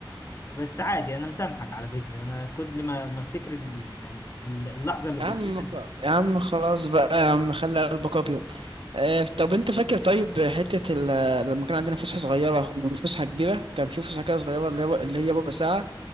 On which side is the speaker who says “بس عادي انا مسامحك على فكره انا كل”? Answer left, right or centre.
Left